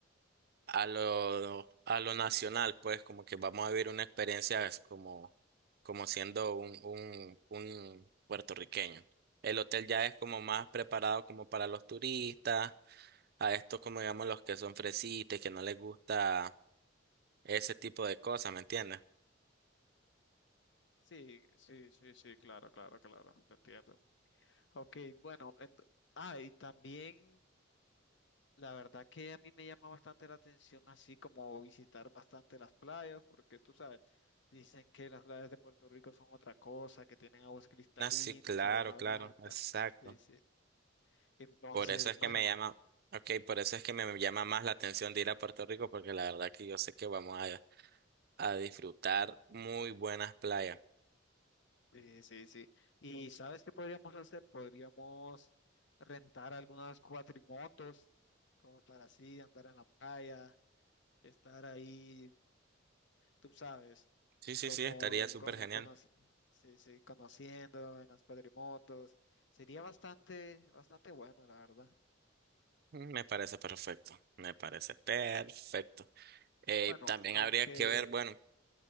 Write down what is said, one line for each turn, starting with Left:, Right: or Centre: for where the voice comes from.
Right: a lo, a lo nacional, pues como que vamos a vivir una experiencia es como, como siendo un, un, un puertorriqueño. El hotel ya es como más preparado como para los turistas, a estos como digamos los que son fresitas, y que no les gusta ese tipo de cosas, ¿me entiendes?
Left: Sí, sí, sí, sí, claro, claro, claro, te entiendo. Ok, bueno, ent- ah, y también La verdad que a mí me llama bastante la atención así como visitar bastante las playas, porque tú sabes, dicen que las playas de Puerto Rico son otra cosa, que tienen aguas cristalinas,
Right: Ah, sí, claro,
Left: arena blanca.
Right: claro, exacto.
Left: Sí, sí. Entonces,
Right: Por eso es
Left: bueno,
Right: que me llama, ok, por eso es que me llama más la atención de ir a Puerto Rico, porque la verdad que yo sé que vamos a, a disfrutar muy buenas playas.
Left: eh, sí, sí. ¿Y sabes qué podríamos hacer? Podríamos rentar algunas cuatrimotos como para así andar en la playa, estar ahí, tú sabes.
Right: Sí, sí,
Left: como
Right: sí, estaría súper
Left: cono-
Right: genial.
Left: conoc- sí, sí, conociendo en las cuadrimotos. Sería bastante, bastante bueno, la verdad.
Right: Mm, Me parece perfecto, me parece perfecto. Eh,
Left: Bueno,
Right: también
Left: aunque
Right: habría que ver, bueno,